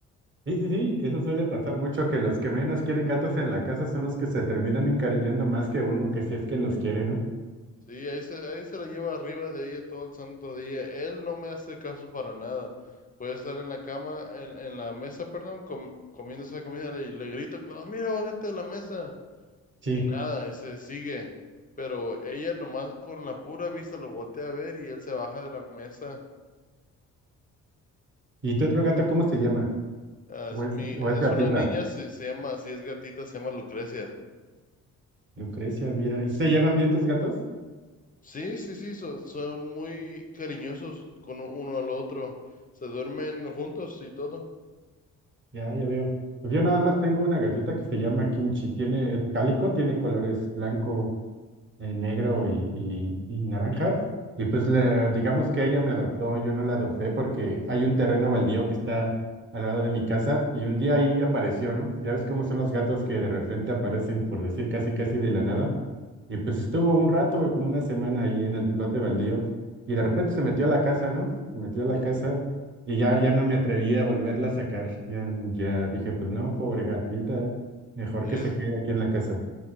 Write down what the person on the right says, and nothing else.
Sí, sí, sí, eso suele pasar mucho, que los que menos quieren gatos en la casa son los que se terminan encariñando más que uno, que si es que los quiere, ¿no?
Sí.
¿Y tu otro gato cómo se llama?
¿O
es,
o
es gatita?
Lucrecia, mira. ¿Y se llevan bien tus gatos?
Ya, ya veo. Pues yo nada más tengo una gatita que se llama Kimchi. Tiene, es cálico, tiene colores blanco, eh, negro y, y- y naranja. Y pues la- digamos que ella me adoptó, yo no la adopté porque hay un terreno baldío que está al lado de mi casa y un día ahí apareció, ¿no? Ya ves cómo son los gatos que de repente aparecen, por decir casi casi de la nada. Y pues estuvo un rato, como una semana ahí en el lote baldío y de repente se metió a la casa, ¿no? Se metió a la
casa y ya, ya no me atreví a volverla a sacar. Ya, ya dije, pues no, pobre gatita, mejor
que se quede aquí en la casa.